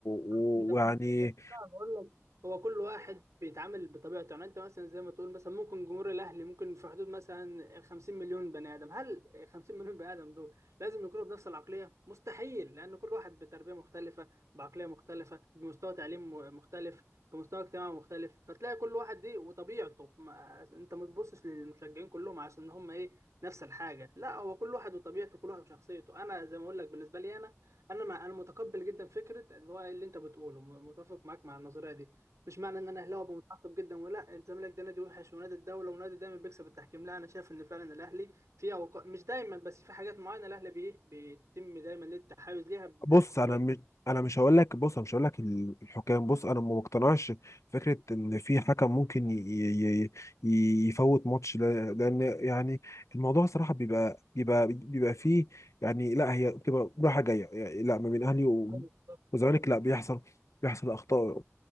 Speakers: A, on the left (about 75°); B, on the right (about 85°).
A: و-
B: عندك
A: ويعني
B: بس انا بقول لك هو كل واحد بيتعامل بطبيعته يعني انت مثلا زي ما تقول مثلا ممكن جمهور الاهلي ممكن في حدود مثلا ال 50 مليون بني ادم هل ال 50 مليون بني ادم دول لازم يكونوا بنفس العقليه مستحيل لان كل واحد بتربيه مختلفه بعقليه مختلفه بمستوى تعليم مختلف بمستوى اجتماعي مختلف فتلاقي كل واحد دي وطبيعته ما انت ما تبصش للمشجعين كلهم عشان هم ايه نفس الحاجه لا هو كل واحد وطبيعته كل واحد وشخصيته انا زي ما اقول لك بالنسبه لي انا انا مع انا متقبل جدا فكره اللي هو اللي انت بتقوله م- متفق معاك مع النظريه دي مش معنى ان انا اهلاوي أبقى متعصب جدا ولا الزمالك ده نادي وحش ونادي الدوله ونادي دايما بيكسب التحكيم لا انا شايف ان فعلا الاهلي في أوقات مش دايما بس في حاجات معينه الاهلي بيه بيتم دايما ليه التحيز ليها بحيث
A: بص
B: ان
A: انا
B: هو ي-
A: مش انا مش هقول لك بص انا مش هقول لك الحكام بص انا ما مقتنعش فكره ان في حكم ممكن ي... ي... ي... يفوت ماتش لا- لان يعني الموضوع صراحه بيبقى بيبقى بيبقى فيه يعني لا هي بتبقى رايحه جايه يعني لا ما بين اهلي و-
B: أيوة بالظبط.
A: وزمالك لا بيحصل بيحصل اخطاء